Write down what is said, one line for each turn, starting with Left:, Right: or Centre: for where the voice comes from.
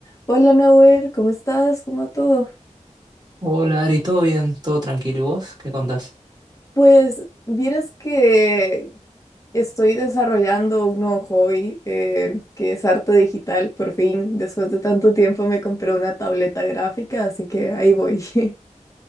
Left: Hola Nahuel, ¿cómo estás? ¿Cómo va todo?
Right: Hola Ari, ¿todo bien? ¿Todo tranquilo? ¿Y vos? ¿Qué contás?
Left: Pues vieras que estoy desarrollando un nuevo hobby eh, que es arte digital, por fin. Después de tanto tiempo me compré una tableta gráfica, así que ahí voy. <laughs>